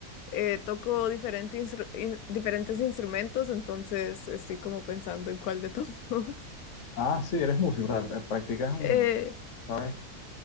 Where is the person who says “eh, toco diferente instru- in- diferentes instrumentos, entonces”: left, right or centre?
Left